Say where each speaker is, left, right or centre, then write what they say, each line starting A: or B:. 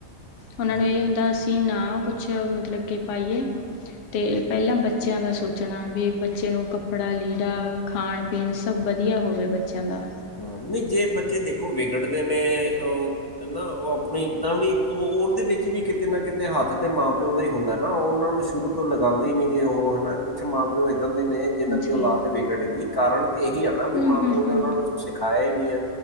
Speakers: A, on the left; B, on the left.
A: ਉਹਨਾਂ
B: ਹੂੰ,
A: ਨੂੰ ਇਹ ਹੁੰਦਾ ਅਸੀਂ ਨਾ ਕੁਛ ਮਤਲਬ ਕਿ ਪਾਈਏ ਅਤੇ
B: ਹੂੰ,
A: ਪਹਿਲਾਂ ਬੱਚ ਬੱਚਿਆਂ ਦਾ ਸੋਚਣਾ ਵੀ ਬੱਚੇ ਨੂੰ ਕੱਪੜਾ ਲੀੜਾ ਖਾਣ ਪੀਣ ਸਭ ਵਧੀਆ ਹੋਵੇ ਬੱਚਿਆਂ ਦਾ
B: ਹਾਂ ਨਹੀਂ ਜੇ ਬੱਚੇ ਦੇਖੋ ਵਿਗੜਦੇ ਨੇ ਉਹ ਨਾ ਉਹ ਆਪਣੀ ਏਦਾਂ ਵੀ ਉਹ ਉਹਦੇ ਵਿੱਚ ਵੀ ਕਿਤੇ ਨਾ ਕਿਤੇ ਹੱਥ ਤੇ ਮਾਂ ਪਿਓ ਦਾ ਹੀ ਹੁੰਦਾ ਨਾ ਉਹ ਉਹਨਾਂ ਨੂੰ ਸ਼ੁਰੂ ਤੋਂ ਲਗਾਉਂਦੇ ਨੀ ਗੇ ਉਹ ਹਨਾ ਕੁਛ ਮਾਂ ਪਿਓ ਇੱਦਾਂ ਦੇ ਨੇ। ਜਿਹਨਾਂ
A: ਜੀ
B: ਦੀ ਔਲਾਦ ਵਿਗੜ ਗਈ ਕਾਰਨ ਤੇ ਇਹੀ ਆ ਨਾ ਵੀ
A: ਹੂੰ
B: ਮਾਂ ਪਿਓ
A: ਹੂੰ
B: ਨੇ
A: ਹੂੰ
B: ਉਹਨਾਂ ਨੂੰ ਸਿਖਾਇਆ ਹੀ ਨਹੀਂ ਹੈ